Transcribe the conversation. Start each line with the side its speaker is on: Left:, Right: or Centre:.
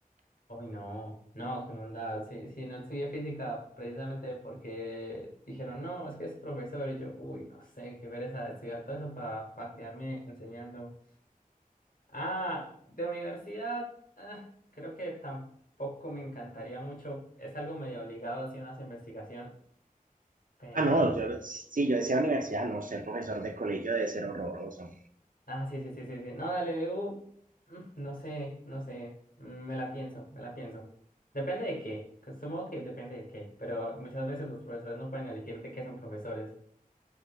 Left: Uy, no, no, qué mundad. Sí, sí, no estudié física precisamente porque dijeron, no, es que es profesor. Y yo, uy, no sé, qué pereza estudiar todo eso para quedarme enseñando. Ah, de universidad, ah, creo que tampoco me encantaría mucho. Es algo medio obligado hacia una investigación, pero
Right: Ah, no,
Left: no
Right: yo
Left: sé.
Right: sí, yo decía universidad, no, ser profesor de colegio debe ser horroroso.
Left: Ah, sí, sí, sí, sí, sí. No, dale, DU. mm, No sé, no sé. Mm, Me la pienso, me la pienso. Depende de qué. que Supongo que depende de qué. Pero muchas veces los profesores no pueden elegir de qué son profesores.